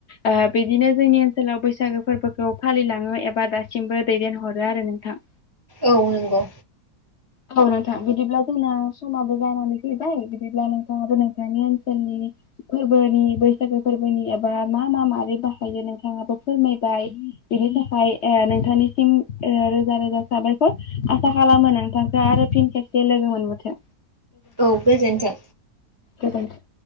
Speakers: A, on the left; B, on the right.
A: ओ बिदिनो जोंनि ओनसोलाव बैसागो फोरबोखौ फालिलाङो एबा दासिमबो दैदेनहरो आरो नोंथां।
B: औ नंगौ।
A: औ नोंथां बिदिब्ला जोंना समाबो जानानै फैबाय बिदिब्ला नोंथाङाबो नोंथांनि ओनसोलनि फोरबोनि बैसागो फोरबोनि बा मा मा मारै बाहायो नोंथाङाबो फोरमायबाय बेनि थाखाय ओ नोंथांनिसिम रोजा रोजा साबायखर आसा खालामो नोंथांखो आरो फिन खेबसे लोगो मोनबावथों।
B: औ गोजोनथों।
A: गोजोनथों।